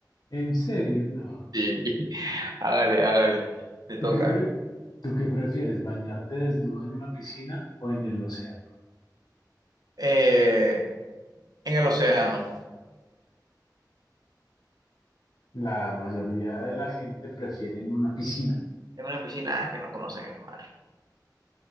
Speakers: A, on the left (about 65°); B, on the right (about 60°).
A: ¿En serio? No.
B: Sí. <laughs> Hágale, hágale. Me
A: ¿Tú
B: toca
A: qué pre-
B: a mí.
A: ¿Tú qué prefieres? ¿Bañarte desnudo en una piscina o en el océano?
B: Eh, en el océano.
A: La mayoría de la gente prefiere en una piscina.
B: En una piscina ah, que no conocen el mar.